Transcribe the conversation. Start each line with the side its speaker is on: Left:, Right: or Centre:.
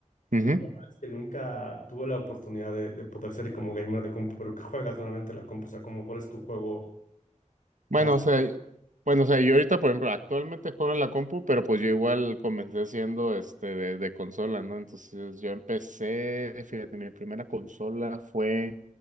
Right: Ujú.
Left: Y la verdad es que nunca tuve la oportunidad de, de poder ser como gamer de compu. Pero ¿qué juegas normalmente en la compu? O sea, como, ¿cuál es tu juego
Right: Bueno,
Left: base?
Right: o sea, bueno, o sea, yo ahorita, por ejemplo, actualmente juego en la compu, pero pues yo igual comencé siendo este de, de consola, ¿no? Entonces yo empecé, fíjate, mi primera consola fue